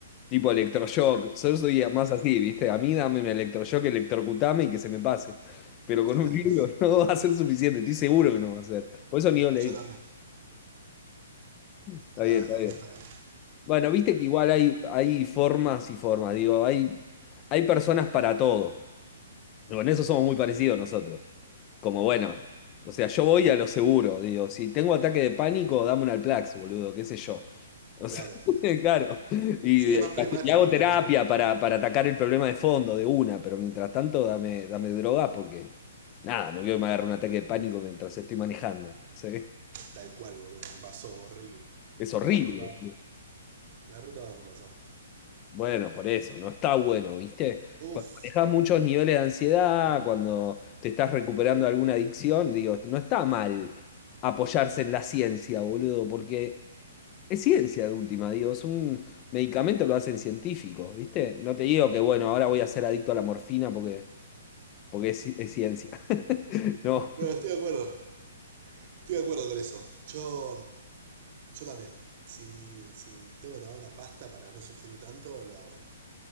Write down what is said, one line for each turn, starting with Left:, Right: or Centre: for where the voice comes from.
Left: tipo electroshock. Yo soy más así, ¿viste? A mí dame un electroshock, electrocutame y que se me pase. Pero con
Right: Total.
Left: un libro <laughs> no va a ser suficiente, estoy seguro que no va a ser. Por eso ni lo leí.
Right: Yo también.
Left: Está
Right: No,
Left: bien, está
Right: no,
Left: bien.
Right: un disparate.
Left: Bueno, viste que igual hay, hay formas y formas, digo, hay, hay personas para todo. Con eso somos muy parecidos nosotros. Como bueno, o sea, yo voy a lo seguro, digo, si tengo ataque de pánico, dame un Alplax, boludo, qué sé yo. O
Right: Claro.
Left: sea, <laughs> claro. Y,
Right: Sí, es más pragmático,
Left: y hago
Right: es
Left: terapia
Right: como
Left: para, para atacar el problema de fondo de una, pero mientras tanto dame, dame droga porque, nada, no quiero que me agarre un ataque de pánico mientras estoy manejando. ¿sí?
Right: tal cual, boludo. Me pasó horrible.
Left: Es horrible.
Right: En la ruta. En la ruta me pasó.
Left: Bueno, por eso, no está bueno, ¿viste?
Right: Uf.
Left: Cuando manejas muchos niveles de ansiedad, cuando te estás recuperando de alguna adicción, digo, no está mal apoyarse en la ciencia, boludo, porque es ciencia de última, digo, es un medicamento, lo hacen científicos, ¿viste? No te digo que, bueno, ahora voy a ser adicto a la morfina porque, porque es, ci- es ciencia. <laughs> No.
Right: No, estoy de acuerdo. Estoy de acuerdo con eso. Yo. Yo también. Si, si tengo que tomar una pasta para no sufrir tanto, lo hago.